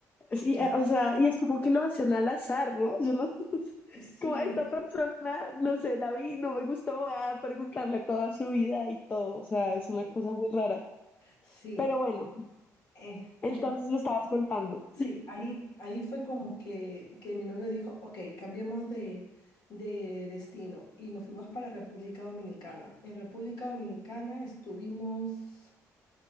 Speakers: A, on the left; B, on the left.
A: Sí,
B: Sí,
A: eh, o sea, y es como que lo hacen al azar, ¿no? Yo no- <laughs>
B: Sí,
A: como a esta persona, no sé, la vi, no me gustó, voy a preguntarle toda su vida y todo. O sea, es una
B: sí.
A: cosa muy rara.
B: sí,
A: Pero bueno,
B: eh,
A: entonces
B: ya,
A: me estabas contando.
B: sí, ahí, ahí fue como que, que mi novio dijo, ok, cambiemos de, de destino, y nos fuimos para República Dominicana. En República Dominicana estuvimos